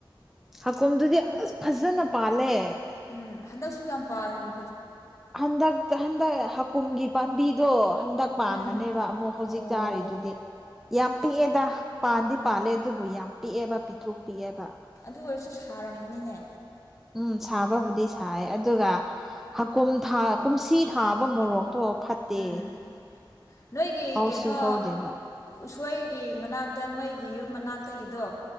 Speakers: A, in the centre; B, on the left.
A: ꯍꯥꯀꯣꯝꯗꯨꯗꯤ ꯑꯁ ꯐꯖꯅ ꯄꯥꯜꯂꯦ
B: ꯎꯝ ꯍꯟꯗꯛꯁꯨ ꯌꯥꯝ ꯄꯥꯜꯂꯤꯕ
A: ꯍꯟꯗꯛ ꯍꯟꯗꯛ ꯍꯥꯀꯨꯝꯒꯤ ꯄꯥꯝꯕꯤꯗꯣ ꯍꯟꯗꯛ ꯄꯥꯟꯕꯅꯦꯕ
B: ꯎꯝ
A: ꯑꯃꯨꯛ ꯍꯧꯖꯤꯛ
B: ꯑꯣ
A: ꯆꯥꯔꯤꯗꯨꯗꯤ ꯌꯥꯝ ꯄꯤꯛꯑꯦꯗ ꯄꯥꯟꯗꯤ ꯄꯥꯜꯂꯦ ꯑꯗꯨꯕꯨ ꯌꯥꯝ ꯄꯤꯛꯑꯦꯕ ꯄꯤꯛꯇ꯭ꯔꯨꯛ ꯄꯤꯛꯑꯦꯕ
B: ꯑꯗꯨ ꯑꯣꯏꯔꯁꯨ ꯁꯥꯔꯝꯒꯅꯤꯅꯦ
A: ꯎꯝ ꯁꯥꯕꯕꯨꯗꯤ ꯁꯥꯏ ꯑꯗꯨꯒ ꯍꯀꯨꯝ ꯀꯨꯝꯁꯤ ꯊꯥꯕ ꯃꯣꯔꯣꯛꯇꯣ ꯐꯠꯇꯦ
B: ꯎꯝ ꯅꯣꯏꯒꯤ
A: ꯍꯧꯁꯨ
B: ꯀꯩꯅꯣ
A: ꯍꯧꯗꯦꯕ
B: ꯎꯁꯣꯏꯒꯤ ꯃꯅꯥꯛꯇ ꯅꯣꯏꯒꯤ ꯌꯨꯝ ꯃꯅꯥꯛꯇꯒꯤꯗꯣ